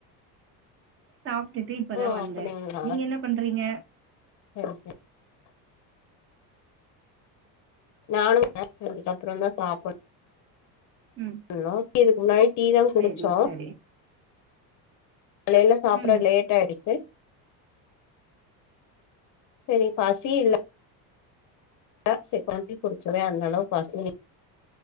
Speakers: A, on the right; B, on the left.
A: சாப்ட்டுட்டு இப்பதா
B: ஓ
A: வந்தே
B: அப்படிங்களா
A: நீங்க என்ன பண்றீங்க
B: <unintelligible> நானு <unintelligible> அப்புறோந்தா சாப்பன்
A: ம்
B: னு இதுக்கு முன்னாடி டீ தா குடிச்சோ
A: செரி செரி
B: காலைல சாப்பிட
A: ம்
B: லேட் டாரிக்க செரி பசி இல்ல <unintelligible> டீ குடிச்சவே அந்தளவுக் பசி